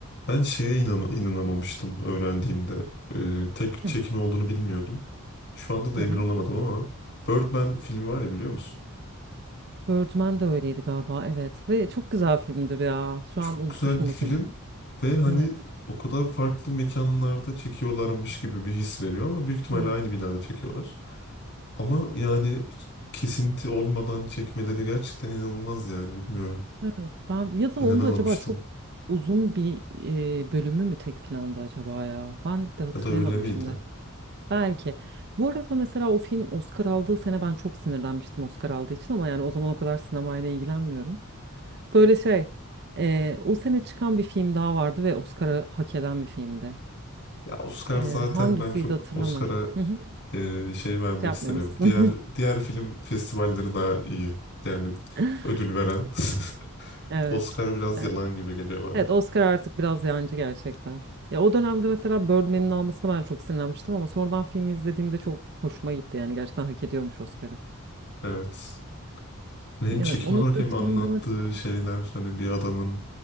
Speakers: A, on the left (about 55°); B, on the right (about 50°).
A: Ben şeye inama- inanamamıştım öğrendiğimde. Ee, tek çekim
B: Hı.
A: olduğunu bilmiyordum. Şu anda da
B: Aha.
A: emin olamadım ama Birdman filmi var ya biliyor musun?
B: Birdman de öyleydi galiba, evet. Ve çok güzel filmdir ya. Şu
A: Çok
B: an unutmuşum
A: güzel bir film
B: bu filmi.
A: ve hani
B: Evet,
A: o kadar farklı mekanlarda çekiyorlarmış gibi bir his veriyor ama büyük ihtimalle
B: evet,
A: aynı binada çekiyorlar. Ama yani hiç kesinti olmadan çekmeleri gerçekten inanılmaz yani bilmiyorum.
B: evet. Ben ya da
A: İnanamamıştım.
B: onda acaba çok uzun bir e, bölümü mü tek planda acaba ya? Ben de hatırlayamadım
A: Ya da öyle miydi?
B: şimdi. Belki. Bu arada mesela o film Oscar aldığı sene ben çok sinirlenmiştim Oscar aldığı için ama yani o zaman o kadar sinemayla ilgilenmiyorum. Böyle şey, e, o sene çıkan bir film daha vardı ve Oscar'ı hak eden bir filmdi.
A: Ya Oscar
B: E,
A: zaten
B: hangisiydi
A: ben çok
B: hatırlamıyorum.
A: Oscar'a
B: Hı hı.
A: e, şey vermek
B: Şey yapmıyor
A: istemiyorum.
B: musun?
A: Diğer diğer film festivalleri daha iyi. Yani
B: <laughs>
A: ödül veren. <laughs>
B: Evet.
A: Oscar biraz
B: E,
A: yalan gibi geliyor
B: Evet
A: bana.
B: Oscar artık biraz yancı gerçekten. Ya o dönemde mesela Birdman'in almasına ben çok sinirlenmiştim ama sonradan filmi izlediğimde çok hoşuma gitti yani gerçekten hak ediyormuş Oscar'ı.
A: Evet. Hem
B: Evet
A: çekim
B: onun
A: olarak
B: dışında
A: hem anlattığı
B: mesela
A: şeyler hani bir adamın